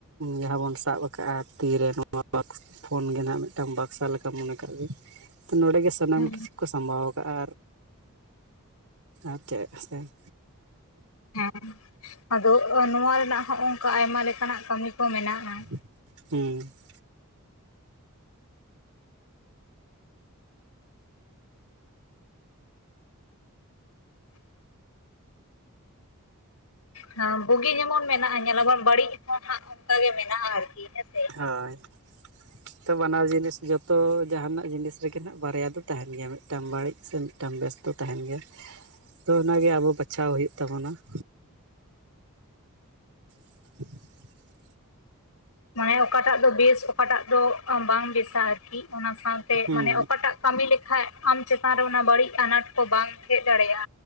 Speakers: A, on the right (about 75°); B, on the left (about 80°).
A: ᱡᱟᱦᱟᱸ ᱵᱚᱱ ᱥᱟᱵ ᱠᱟᱜ-ᱟ ᱛᱤᱨᱮ ᱱᱚᱣᱟ <unintelligible> ᱯᱷᱳᱱ ᱜᱮ ᱱᱟᱦᱜ ᱢᱤᱫᱴᱟᱝ ᱵᱟᱠᱥᱟ ᱞᱮᱠᱟ ᱢᱚᱱᱮ ᱠᱟᱜ ᱵᱤᱱ ᱾ ᱛᱚ ᱱᱚᱸᱰᱮ ᱜᱮ ᱥᱟᱱᱟᱢ
B: ᱦᱮᱸ
A: ᱠᱤᱪᱷᱩ ᱠᱚ ᱥᱟᱢᱵᱟᱣ ᱠᱟᱜ-ᱟ ᱟᱨ ᱪᱮᱫ ᱥᱮ <inaudible>
B: ᱦᱮᱸ ᱟᱫᱚ ᱱᱚᱣᱟ ᱨᱮᱱᱟᱜ ᱦᱚᱸ ᱚᱝᱠᱟ ᱟᱭᱢᱟ ᱞᱮᱠᱟᱱᱟᱜ ᱠᱟᱹᱢᱤ ᱠᱚ ᱢᱮᱱᱟᱜᱼᱟ ᱾
A: ᱦᱩᱸ ᱾
B: <unintelligible> ᱦᱮᱸ ᱵᱩᱜᱤ ᱡᱮᱢᱚᱱ ᱢᱮᱱᱟᱜᱼᱟ ᱧᱮᱞᱟᱵᱚᱱ ᱵᱟᱹᱲᱤᱡ ᱦᱚᱸ ᱦᱟᱸᱜ ᱚᱱᱠᱟ ᱜᱮ ᱢᱮᱱᱟᱜᱼᱟ ᱟᱨᱠᱤ ᱦᱮᱸᱥᱮ ᱾
A: ᱦᱳᱭ ᱾ ᱛᱚ ᱵᱟᱱᱟᱨ ᱡᱤᱱᱤᱥ ᱡᱚᱛᱚ ᱡᱟᱦᱟᱱᱟᱜ ᱡᱤᱱᱤᱥ ᱨᱮᱜᱮ ᱱᱟᱦᱜ ᱵᱟᱨᱭᱟ ᱫᱚ ᱛᱟᱦᱮᱱ ᱜᱮᱭᱟ ᱢᱤᱫᱴᱟᱝ ᱵᱟᱹᱲᱤᱡ ᱥᱮ ᱢᱤᱫᱴᱟᱝ ᱵᱮᱥ ᱫᱚ ᱛᱟᱦᱮᱱ ᱜᱮᱭᱟ, ᱛᱚ ᱚᱱᱟ ᱜᱮ ᱟᱵᱚ ᱵᱟᱪᱷᱟᱣ ᱦᱩᱭᱩᱜ ᱛᱟᱵᱚᱱᱟ ᱾ <unintelligible>
B: ᱢᱟᱱᱮ ᱚᱠᱟᱴᱟᱜ ᱫᱚ ᱵᱮᱥ ᱚᱠᱟᱴᱟᱜ ᱫᱚ ᱵᱟᱝ ᱵᱮᱥᱟ ᱟᱨ ᱠᱤ ᱚᱱᱟ ᱥᱟᱶᱛᱮ
A: ᱦᱩᱸ
B: ᱢᱟᱱᱮ ᱚᱠᱟᱴᱟᱜ ᱠᱟᱹᱢᱤ ᱞᱮᱠᱷᱟᱡ ᱟᱢ ᱪᱮᱛᱟᱱ ᱨᱮ ᱚᱱᱟ ᱵᱟᱹᱲᱤᱡ ᱟᱱᱟᱴ ᱠᱚ ᱵᱟᱝ ᱦᱮᱡ ᱫᱟᱲᱮᱭᱟᱜᱼᱟ,